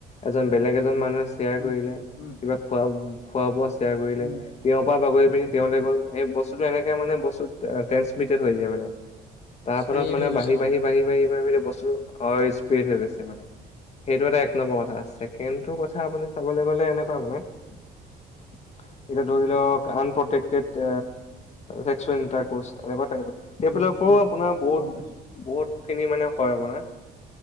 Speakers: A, on the left; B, on the left.
A: এজন বেলেগ এজন মানুহে শ্বেয়াৰ
B: উম
A: কৰিলে
B: উম
A: কিবা খোৱা খোৱা বোৱা শ্বেয়াৰ কৰিলে
B: উম
A: তেওঁৰ পৰা বাগৰি পিনি তেওঁ গ'ল সেই বস্তুটো এনেকে মানে বস্তুত ট্ৰেঞ্চমিটেড হৈ যায় মানে তাৰ
B: স্প্ৰেড
A: ফলত মানে
B: হৈ গৈছে
A: বাঢ়ি বাঢ়ি বাঢ়ি বাঢ়ি বাঢ়ি বস্তুটো স্পীড হৈ গৈছে মানে সেইটো এটা এক নম্বৰ
B: গম
A: কথা
B: পাইছো
A: ছেকেণ্ডটো
B: সেইটোৱে
A: কথা আপুনি চাবলৈ গলে কেনেকুৱা মানে এতিয়া ধৰি লওক আনপটেকটেড ভেকচুৱেল এটা ক্ৰচ এৰিব পাৰিব নেকি সেইবিলাকৰো
B: উম উম
A: আপোনাৰ বহুত
B: গম পাইছো
A: বহুত খিনি মানে হয় আপোনাৰ